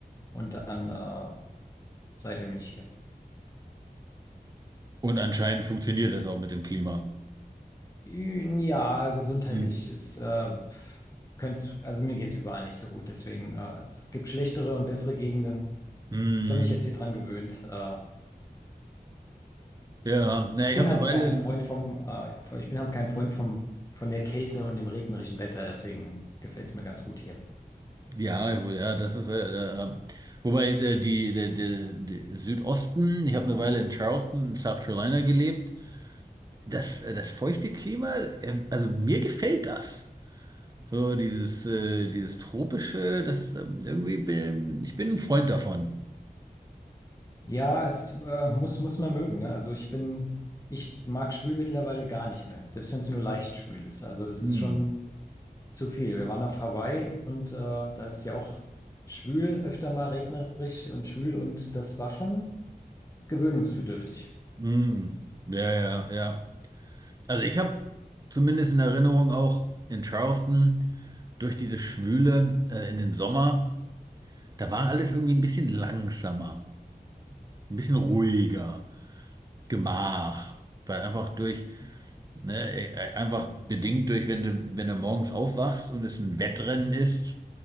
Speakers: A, on the left (about 20°); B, on the right (about 25°).
A: Und dann äh, Seitdem bin ich hier.
B: Und anscheinend funktioniert das auch mit dem Klima.
A: Ja, gesundheitlich
B: Hm.
A: ist, äh, pf, könnt's, also mir geht's überall nicht so gut. Deswegen, äh, es gibt schlechtere und bessere Gegenden.
B: Hm.
A: Ich habe mich jetzt hier dran gewöhnt. Äh, ja.
B: Ja, na,
A: Ich
B: ich habe
A: bin halt
B: eine Weile,
A: kein Freund vom, äh, von- ich bin halt kein Freund vom, von der Kälte und dem regnerischen Wetter. Deswegen gefällt's mir ganz gut hier.
B: ja, wo- ja, das ist, äh, äh, wobei äh, die, der, der, der Südosten, ich habe eine Weile in Charleston, in South Carolina gelebt. Das, äh, das feuchte Klima, äh, also mir gefällt das. So dieses, äh, dieses tropische, das ähm, irgendwie bin, ich bin ein Freund davon.
A: Ja, es äh, muss, muss man mögen, ne? Also ich bin, ich mag schwül mittlerweile gar nicht mehr. Selbst wenn es nur leicht schwül ist. Also das
B: Hm.
A: ist schon. Zu viel. Wir waren auf Hawaii und äh, da ist es ja auch schwül, öfter mal regnerisch und schwül und das war schon gewöhnungsbedürftig.
B: Hm. Ja, ja, ja. Also ich habe zumindest in Erinnerung auch in Charleston durch diese Schwüle, äh, in den Sommer. Da war alles irgendwie ein bisschen langsamer, ein bisschen ruhiger, Gemach, weil einfach durch, ne, äh, äh, einfach bedingt durch, wenn du, wenn du morgens aufwachst und es ein Wettrennen ist